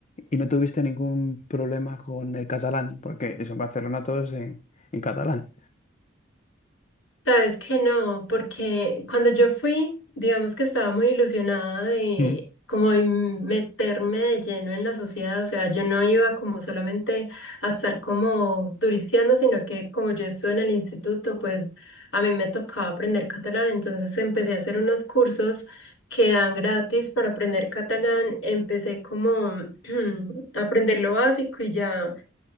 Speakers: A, on the left; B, on the left.
A: y no tuviste ningún problema con el catalán, porque eso en Barcelona todos en, en catalán.
B: Sabes que no, porque cuando yo fui, digamos que estaba muy ilusionada de
A: Mm.
B: como en meterme de lleno en la sociedad, o sea, yo no iba como solamente a estar como turisteando, sino que como yo estuve en el instituto, pues a mí me tocaba aprender catalán, entonces empecé a hacer unos cursos que dan gratis para aprender catalán, empecé como <clears throat> a aprender lo básico y ya.